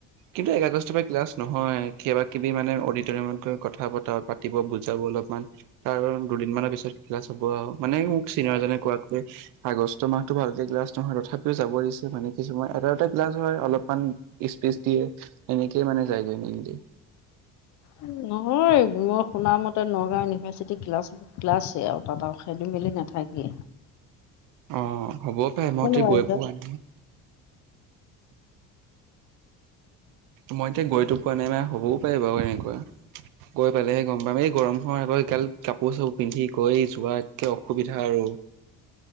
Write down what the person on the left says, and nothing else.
উ, নহয়। অ' মই শুনা মতে নগাঁও ইউনিভাৰ্চিটি ক্লাছ ক্লাছ এ, আৰু তাত আৰু খেলি মেলি নাথাকে।
ৱাইজত